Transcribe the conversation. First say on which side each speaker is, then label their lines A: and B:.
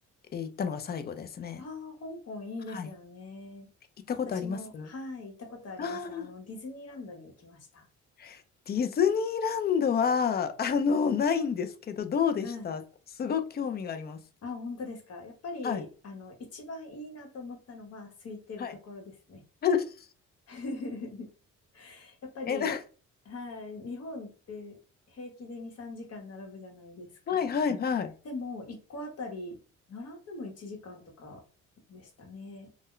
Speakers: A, on the left; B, on the left.
A: えー行ったのが最後ですね。
B: ああ、香港いいですよね。
A: はい。行ったことありますあ
B: 私も、はい、行ったことあります。
A: ー
B: あの、ディズニーランドに行きました。
A: <gasps> ディズニーランドは、あの、ないんですけど、どうでしたすごく興味があります。
B: はい。あ、本当ですか。やっぱり、
A: はい。
B: あの、一番いいなと思ったのは、空いてるところですね。
A: はい。<laughs>
B: <laughs> やっぱり、
A: え、な、<laughs>
B: はい、日本って平気で2、3時間並ぶじゃないですか。
A: はいはいはい。
B: でも、1個あたり、並んでも1時間とかでしたね。